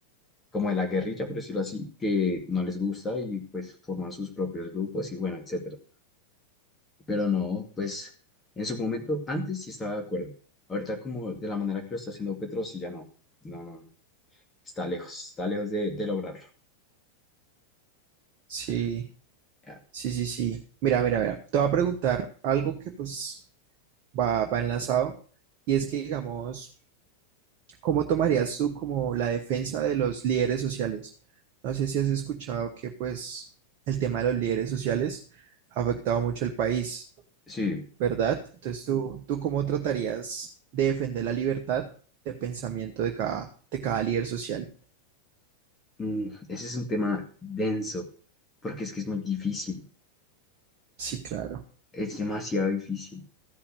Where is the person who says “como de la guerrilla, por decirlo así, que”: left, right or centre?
Left